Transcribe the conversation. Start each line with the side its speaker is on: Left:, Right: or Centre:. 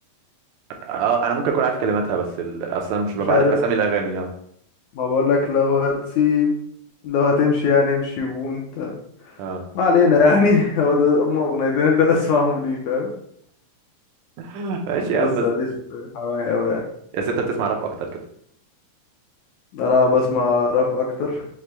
Right: اه انا ممكن اكون عارف كلماتها بس ال... اصلا مش ببقى
Left: مش عارف
Right: عارف اسامي الاغاني اه
Left: ما بقولك لو هتسيب لو هتمشي يعني امشي وانت
Right: اه
Left: ما علينا يعني <laughs> هو ده هم اغنيتين اللي اسمعهم ليه فاهم
Right: <laughs> ماشي
Left: بس
Right: يا عم بس
Left: ماليش في حماية اوي يعني
Right: يا ست بتسمع راب اكتر كده
Left: انا بسمع راب اكتر